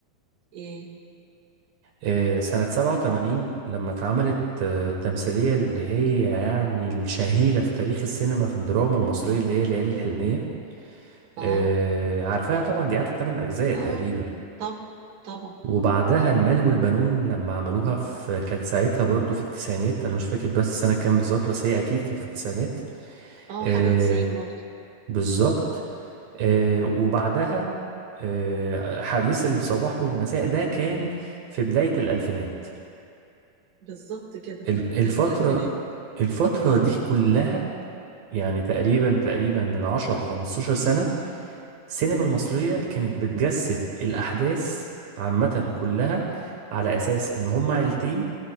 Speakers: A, on the right; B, on the right.
A: إيه
B: آه، سنه 87 لما اتعملت آه، التمثيليه اللي هي يعني الشهيره في تاريخ السينما في الدراما المصريه اللي هي ليالي الحلميه
A: آه
B: آه، عارفاها طبعا دي قعدت 8 اجزاء تقريبا
A: آه طبعا طبعا
B: وبعدها المال والبنون لما عملوها في كانت ساعتها برضو في التسعينات انا مش فاكر بس السنه كام بالظبط بس هي اكيد كانت في التسعينات
A: آه
B: آه،
A: حاجة وتسعين برضو
B: بالظبط
A: مم.
B: آه، وبعدها آه، حديث الصباح والمساء ده كان في بداية الألفينات
A: بالظبط كده كانت
B: ال-
A: بداية
B: الفترة
A: الألفينات
B: الفترة دي كلها يعني تقريبا تقريبا من 10 15 سنة السينما المصرية كانت بتجسد الأحداث عامة كلها على أساس إن هما عيلتين